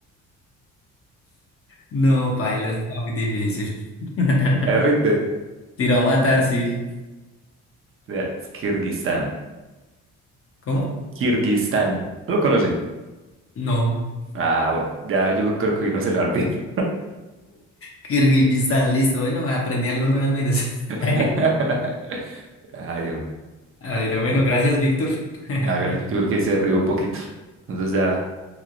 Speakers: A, on the left (about 45°); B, on the right (about 45°).
A: No, paila, está muy difícil. <laughs>
B: Me rinde.
A: Tiró a matar, sí.
B: Ya, Es Kirguistán.
A: ¿Cómo?
B: Kirguistán. ¿No lo conoce?
A: No.
B: Ah, bueno, ya yo creo que hoy no se le va a olvidar.
A: Kirguistán, listo. Bueno, aprendí algo nuevo al menos.
B: <laughs>
A: <laughs>
B: Ay, hombre.
A: Ay, no, bueno,
B: Sí,
A: gracias, Víctor. <laughs>
B: hágale. Yo creo que ahí se rió un poquito. Entonces ya